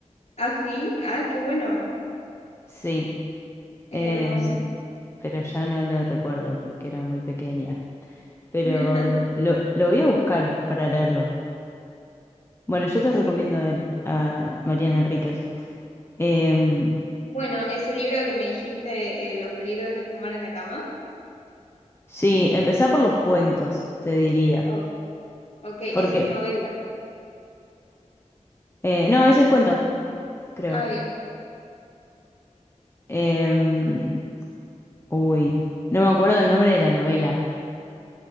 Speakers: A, on the left; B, on the left.
A: Ah, sí, ah, qué bueno,
B: Sí.
A: es
B: Em,
A: hermoso.
B: pero ya no lo recuerdo porque era muy pequeña. Pero
A: <laughs>
B: lo, lo- lo voy a buscar para leerlo. Bueno, yo te
A: Sí,
B: recomiendo a, a Mariana Enríquez. Em,
A: bueno, ese libro que me dijiste, eh, Los peligros de fumar en la cama.
B: sí, empezá por los cuentos, te diría.
A: Oh, ok, esa
B: Porque.
A: es novela.
B: eh, no, ese es cuento, creo.
A: Ah, bien.
B: Em, uy, no me acuerdo el nombre de la novela.